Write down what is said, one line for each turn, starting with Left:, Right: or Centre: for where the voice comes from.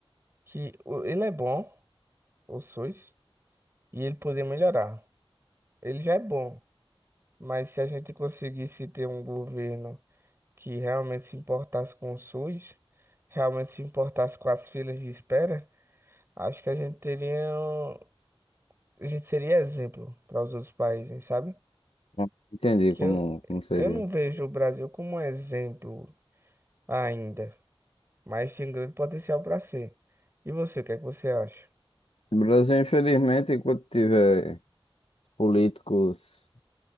Right: que o- ele é bom, o SUS, e ele poderia melhorar. Ele já é bom, mas se a gente conseguisse ter um governo que realmente se importasse com o SUS, realmente se importasse com as filas de espera, acho que a gente teria, um- a gente seria exemplo para os outros países, sabe?
Left: Não Entendi
Right: Que
Left: como,
Right: eu,
Left: como seria.
Right: eu não vejo o Brasil como um exemplo ainda, mas tem grande potencial para ser. E você, o que é que você acha?
Left: O Brasil, infelizmente, enquanto tiver políticos